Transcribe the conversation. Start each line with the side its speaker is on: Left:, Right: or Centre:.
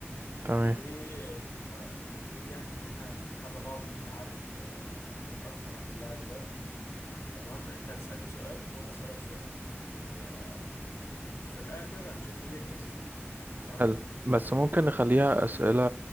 Right: تمام
Left: والمفروض يعني إن إحنا نتحدى بعض مين يعرف آه، معلومات أكتر عن اللاعب ده تمام أنت هتسألني سؤال وأنا أسألك سؤال و- آه، وفي الآخر هنشوف مين الكسبان تمام
Right: حلو بس ممكن نخليها اسئلة